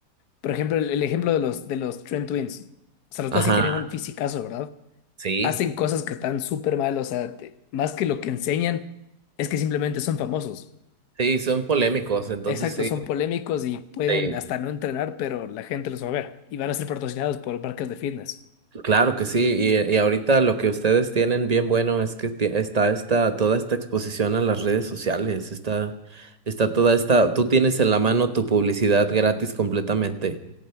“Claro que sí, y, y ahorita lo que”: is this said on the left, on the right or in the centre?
Right